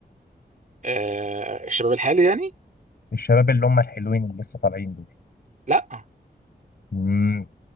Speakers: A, on the right; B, on the left.
A: آه الشباب الحالي يعني؟
B: الشباب اللي هم الحلوين اللي لسه طالعين دول
A: لا
B: مم.